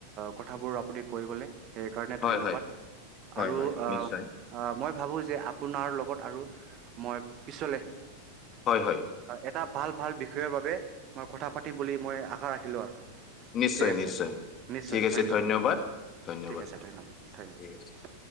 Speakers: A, on the right; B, on the left.
A: কথাবোৰ আপুনি কৈ গ'লে সেইকাৰণে
B: হয়
A: ধন্যবাদ।
B: হয় হয়
A: আৰু
B: হয়
A: আহ
B: নিশ্চয়
A: মই ভাবোঁ যে আপোনাৰ লগত আৰু মই পিছলে
B: হয়, হয়।
A: এটা ভাল ভাল বিষয়ৰ বাবে মই কথা পাতিম বুলি মই আশা ৰাখিলোঁ আৰু।
B: নিশ্চয়
A: ঠিক আছে,
B: নিশ্চয়
A: নিশ্চয়
B: ঠিক আছে
A: ধন্যবাদ
B: ধন্যবাদ
A: ঠিক আছে ধন্যবাদ ধন্যবাদ।
B: ঠিক আছে